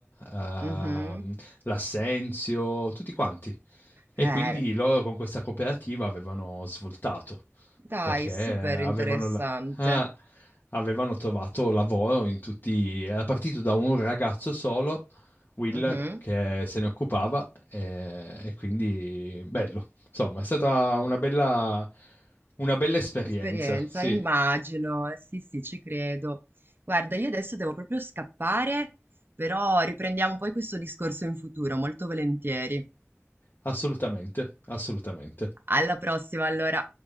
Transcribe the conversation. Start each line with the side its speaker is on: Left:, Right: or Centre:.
Left: ehm,
Right: mhm.
Left: l'assenzio, tutti quanti. E
Right: Eh,
Left: quindi loro con questa cooperativa avevano svoltato
Right: dai,
Left: perché
Right: super
Left: avevano,
Right: interessante.
Left: la- ah, avevano trovato lavoro in tutti. Era partito da un ragazzo solo, Will,
Right: Mhm.
Left: che se ne occupava e, e quindi bello. Insomma, è stata una bella, una bella esperienza,
Right: Esperienza,
Left: sì,
Right: immagino, eh, sì, sì, ci credo. Guarda, io adesso devo proprio scappare, però riprendiamo poi questo discorso in futuro, molto volentieri.
Left: assolutamente, assolutamente.
Right: Alla prossima, allora.